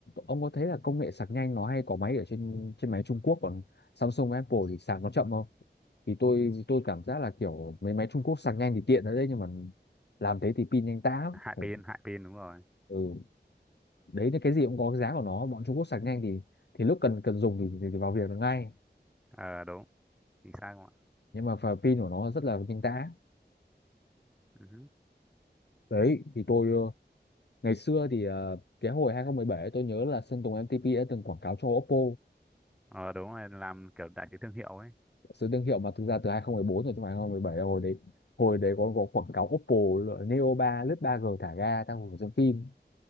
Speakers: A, on the left (about 70°); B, in the centre.
A: ông có thấy là công nghệ sạc nhanh nó hay có máy ở trên trên máy Trung Quốc còn Samsung và Apple thì sạc nó chậm không thì tôi tôi cảm giác là kiểu mấy máy Trung Quốc sạc nhanh thì tiện ở đấy nhưng mà làm thế thì pin nhanh tá
B: hại
A: lắm.
B: pin hại pin đúng rồi
A: ừ đấy là cái gì cũng có cái giá của nó bọn Trung Quốc sạc nhanh thì thì lúc cần cần dùng thì, thì, thì vào việc được ngay
B: ờ đúng chính xác không ạ
A: nhưng mà và pin của nó rất là nhanh tá
B: Ừ.
A: đấy thì tôi ờ, ngày xưa thì ờ, cái hồi 2017 tôi nhớ là Sơn Tùng MTP đã từng quảng cáo cho Oppo
B: ờ đúng rồi làm kiểu đại sứ thương hiệu ấy
A: sự thương hiệu mà thực ra từ 2014 rồi chứ không phải 2017 đâu. hồi đấy hồi đấy có, có quảng cáo Oppo là Neo 3 lướt 3G thả ga trong một xem phim